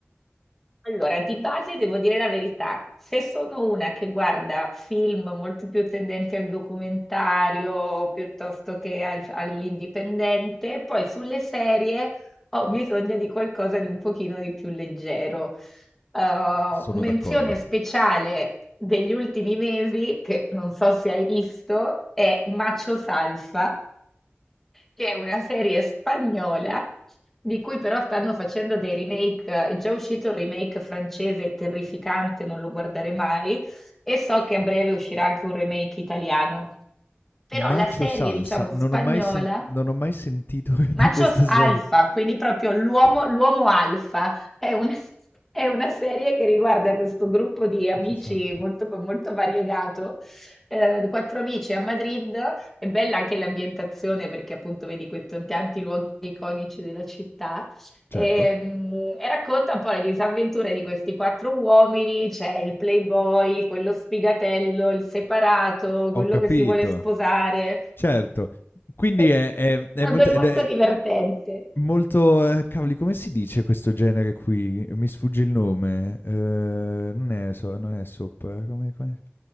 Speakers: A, in the centre; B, on the left.
A: Allora, di base devo dire la verità, se sono una che guarda film molto più tendenti al documentario piuttosto che al- all'indipendente, poi sulle serie ho bisogno di qualcosa di un pochino di più leggero eh,
B: S sono
A: menzione
B: d'accordo.
A: speciale degli ultimi mesi, che non so se hai visto, è Macho Salsa, che è una serie spagnola di cui però stanno facendo dei remake. È già uscito il remake francese, terrificante, non lo guarderei mai, e so che a breve uscirà anche un remake italiano. Però
B: Macho
A: la serie,
B: Salsa,
A: diciamo,
B: non
A: spagnola
B: ho mai sen non ho mai sentito <laughs>
A: Machos
B: di questa serie.
A: Alfa, quindi proprio l'uomo l'uomo alfa, è un- <laughs> è una serie che riguarda questo gruppo di amici
B: Macho Salsa.
A: molto, molto variegato, eh, quattro amici a Madrid, è bella anche l'ambientazione perché appunto vedi questi tanti luoghi iconici della città,
B: Certo,
A: e, mm, e racconta un po' le disavventure di questi quattro uomini, c'è il playboy, quello sfigatello, il separato, quello
B: ho capito,
A: che si vuole sposare,
B: certo. Quindi
A: <laughs>
B: è è è molto
A: ed è molto
B: ed è
A: divertente.
B: molto ehm, cavoli come si dice questo genere qui? Mi sfugge il nome. Ehm, non è so non è soap, eh, come come